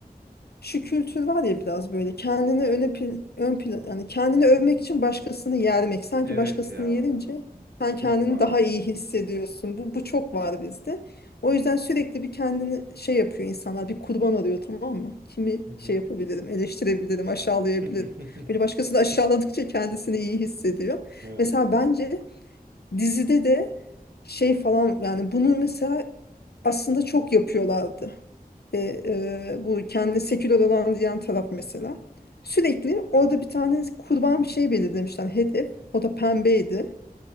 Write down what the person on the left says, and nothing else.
şu kültür var ya biraz böyle kendini öne pl- ön plan yani kendini övmek için başkasını yermek sanki
başkasını
yerince sen kendini
daha
iyi hissediyorsun bu bu çok var bizde o yüzden sürekli bir kendini şey yapıyor insanlar bir kurban arıyor tamam mı kimi
şey yapabilirim eleştirebilirim aşağılayabilirim
böyle başkasını aşağıladıkça kendisini iyi hissediyor
mesela bence dizide de şey falan yani bunu mesela aslında çok yapıyorlardı ve e, bu kendine seküler olan diyen taraf mesela. Sürekli orada bir tane kurban bir şey belirlemişler hedef. O da pembeydi.